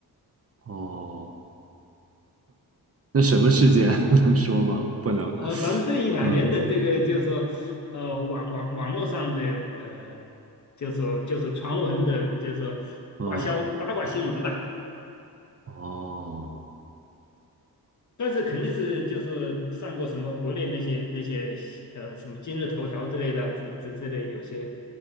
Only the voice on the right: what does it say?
哦。那什么事件 <laughs> 能说吗？不能。
嗯，
哦，哦，